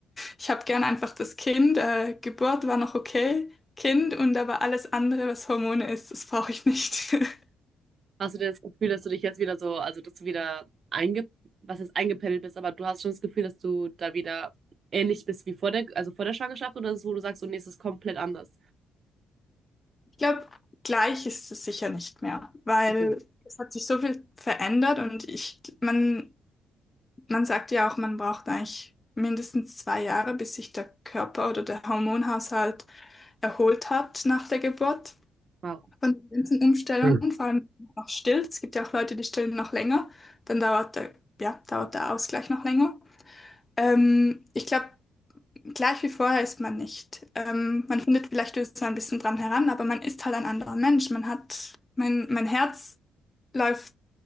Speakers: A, on the left; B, on the right.
A: ich habe gern einfach das Kind. Äh, Geburt war noch okay. Kind und aber alles andere, was Hormone ist, das brauche ich nicht. <laughs>
B: Hast du denn das Gefühl, dass du dich jetzt wieder so, also dass du wieder einge, was jetzt eingependelt bist, aber du hast schon das Gefühl, dass du da wieder ähnlich bist wie vor der, also vor der Schwangerschaft oder ist es, wo du sagst, so, nee, es ist komplett anders?
A: Ich glaube, gleich ist es sicher nicht mehr, weil
B: Mhm.
A: es hat sich so viel verändert und ich, man, man sagt ja auch, man braucht eigentlich mindestens zwei Jahre, bis sich der Körper oder der Hormonhaushalt erholt hat nach der Geburt.
B: Wow.
A: von den ganzen Umstellungen,
B: Hm.
A: vor allem noch still. Es gibt ja auch Leute, die stillen noch länger. Dann dauert der, ja, dauert der Ausgleich noch länger. Ähm, ich glaube, gleich wie vorher ist man nicht. Ähm, man findet vielleicht so ein bisschen dran heran, aber man ist halt ein anderer Mensch. Man hat, mein, mein Herz läuft